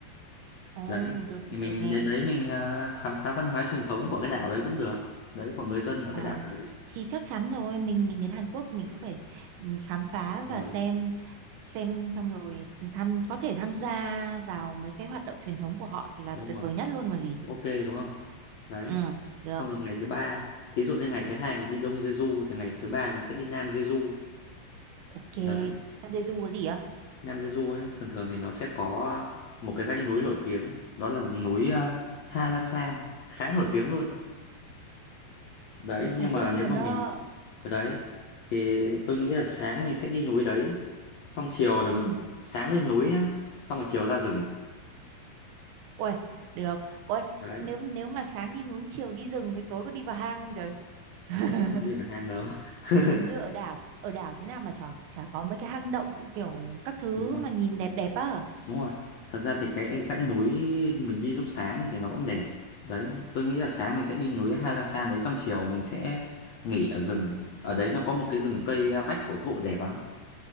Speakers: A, on the right; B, on the left.
A: Ồ
B: đấy
A: được được
B: thì mình
A: được nè.
B: đến đấy mình à, khám phá văn hóa truyền thống của cái đảo đấy cũng được đấy của người dân ở
A: Ờ,
B: cái đảo đấy
A: thì chắc chắn rồi, mình mình đến Hàn Quốc mình cũng phải ừ, khám phá
B: rồi
A: và xem xem xong rồi tham có thể tham gia vào mấy cái hoạt động truyền thống của họ thì là
B: đúng
A: tuyệt
B: rồi
A: vời nhất luôn còn gì.
B: ok đúng không đấy
A: Ừ, được,
B: xong rồi ngày thứ ba thí dụ như ngày thứ hai mình đi Đông Jeju thì ngày thứ ba mình sẽ đi Nam Jeju
A: ok.
B: đấy
A: Nandeju có gì á?
B: Nam Jeju ấy, thường thường thì nó sẽ có một cái dãy núi nổi tiếng đó là núi ờ, Halasan khá nổi tiếng luôn đấy
A: Tôi không
B: nhưng mà
A: biết
B: nếu
A: luôn
B: mà
A: á.
B: mình ở đấy thì tôi nghĩ là sáng mình sẽ đi núi đấy xong chiều là mình
A: Ừ,
B: sáng lên núi nhá xong rồi chiều ra rừng
A: ôi, được. Ôi,
B: đấy
A: nếu nếu mà sáng đi núi, chiều đi rừng thì tối có đi vào hang không trời? <laughs>
B: tối không đi vào hang đâu <laughs>
A: Hình như ở đảo, ở đảo thế nào mà chả, chả có mấy cái hang động kiểu các thứ
B: đúng
A: mà nhìn đẹp đẹp á.
B: Đúng rồi. Thật ra thì cái dãy núi mình đi lúc sáng ấy thì nó cũng đẹp. Đấy, tôi nghĩ là sáng mình sẽ đi núi Halasan đấy xong chiều mình sẽ nghỉ ở rừng. Ở đấy nó có một cái rừng cây bách cổ thụ đẹp lắm.